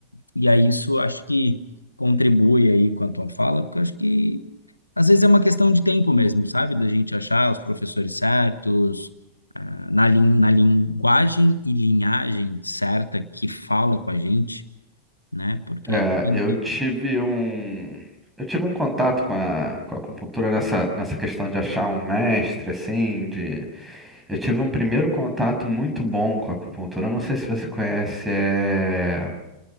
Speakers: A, on the left; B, in the centre.
A: e aí isso acho que contribui aí com a tua fala, porque eu acho que às vezes é uma questão de tempo mesmo, sabe? Da gente achar os professores certos, ah, na, lin na linguagem e linhagem certa que fala com a gente, né? Porque
B: É,
A: então,
B: eu tive um eu tive um contato com a, com a acupuntura nessa, nessa questão de achar um mestre assim de eu tive um primeiro contato muito bom com a acupuntura eu não sei se você conhece é